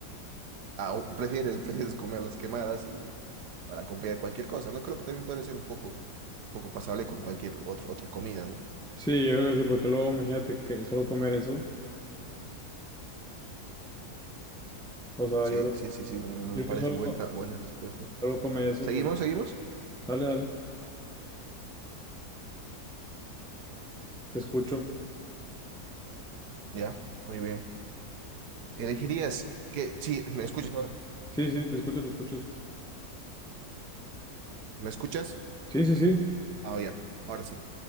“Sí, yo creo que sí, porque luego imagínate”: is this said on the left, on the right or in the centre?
Centre